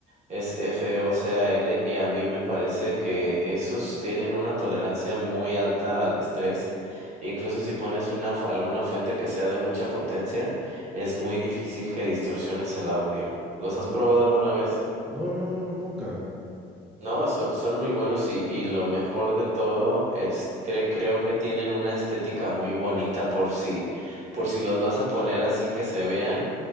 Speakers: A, on the right; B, in the centre.
A: es F-O-C-A-L, y a mí me parece que esos tienen una tolerancia muy alta al estrés. Incluso si pones una, fu- alguna fuente que sea de mucha potencia, es muy difícil que distorsiones el audio. ¿Los
B: Uh,
A: has probado alguna vez?
B: No, no, no, nunca.
A: No, son, son muy buenos y, y lo mejor de todo es cre- creo que tienen una estética muy bonita por si por si los vas a poner así que se vean.